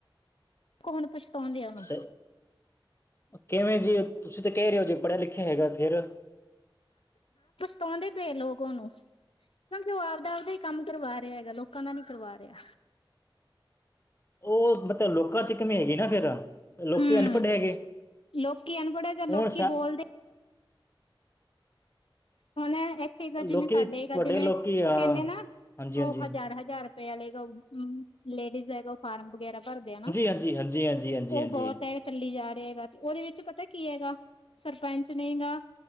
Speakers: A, on the left (about 90°); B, on the left (about 30°).
A: ਹੂਣ ਪਛਤਾਉਣ ਦਿਆਂ ਉਹਨੂੰ।
B: ਸ ਕਿਵੇਂ ਜੀ ਤੁਸੀਂ ਤਾਂ ਕਹਿ ਰਹੇ ਹੋ ਜੀ ਪੜ੍ਹਿਆ ਲਿਖਿਆ ਹੈਗਾ ਫਿਰ।
A: ਤਾਉਂਦੇ ਪਏ ਲੋਕ ਉਹਨੂੰ। ਕਿਉਂਕਿ ਉਹ ਆਪਦਾ ਆਪਦਾ ਹੀ ਕੰਮ ਕਰਵਾ ਰਿਹਾ ਹੈਗਾ ਲੋਕਾਂ ਦਾ ਨੀ ਕਰਵਾ ਰਿਹਾ।
B: ਉਹ ਮਤਲਬ ਲੋਕਾਂ ਚ ਘਮੇਗੀ ਨਾ ਫਿਰ। ਲੋਕੀ
A: ਹੂੰ
B: ਅਨਪੜ੍ਹ ਹੈਗੇ
A: ਲੋਕੀ ਅਨਪੜ੍ਹ ਹੈਗਾ ਲੋਕੀ
B: ਹੁਣ
A: ਬੋਲਦੇ
B: <inaudible>
A: ਹੁਣ ਇੱਥੇ ਗਜਿਵੇਂ
B: ਲੋਕੀ
A: ਸਾਡੇ ਗਾਜਿਵੇਂ
B: ਤੁਹਾਡੇ ਲੋਕੀ ਆ
A: ਉਹ ਕਹਿੰਦੇ
B: ਹਾਂਜੀ-ਹਾਂਜੀ,
A: ਨਾ ਉਹ ਹਜ਼ਾਰ
B: ਹਾਂਜੀ-ਹਾਂਜੀ,
A: ਹਜ਼ਾਰ ਵਾਲਗਾ ਲੇਡੀਜ਼ ਆਏਗਾ ਉਹ ਫਾਰਮ ਵਗੈਰਾ ਭਰਦੇ ਆ ਨਾ
B: ਹਾਂਜੀ-ਹਾਂਜੀ, ਹਾਂਜੀ-ਹਾਂਜੀ,
A: ਉਹ ਬਹੁਤ ਹੈਗਾ ਚੱਲੀ ਜਾ ਰਿਹਾ ਹੈਗਾ ਤੇ ਉਹਦੇ ਵਿੱਚ ਪਤਾ ਕੀ ਹੈਗਾ ਸਰਪੰਚ ਨਹੀਂ ਗਾ